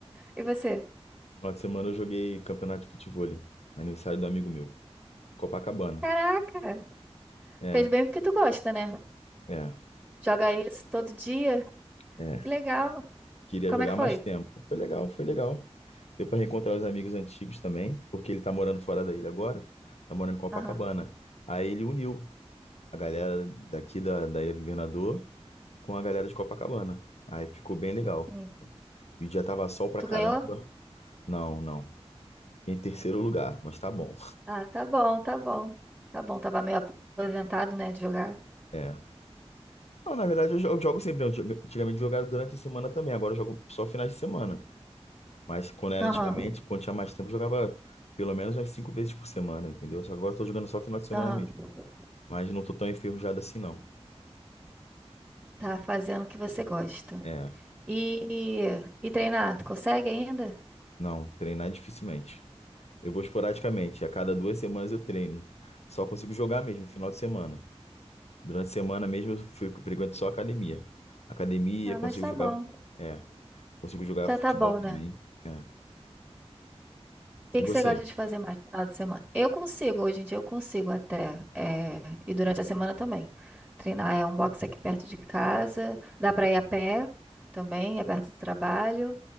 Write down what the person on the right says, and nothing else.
E você?
Caraca,
fez bem porque tu gosta, né?
Joga isso todo dia,
que legal.
Como
é que foi?
Aham,
sim.
Tu
ganhou?
Ah, tá bom, tá bom. Tá bom, tava meio aposentado, né, de jogar.
Aham,
aham.
Tá fazendo o que você gosta.
E, e treinar, tu consegue ainda?
Ah,
mas tá
bom.
Já
tá bom,
né?
O que
que
você gosta de fazer mais no final de semana? Eu consigo, hoje em dia eu consigo até. é, e durante a semana também. Treinar é um box aqui perto de casa. Dá pra ir a pé também, é perto do trabalho.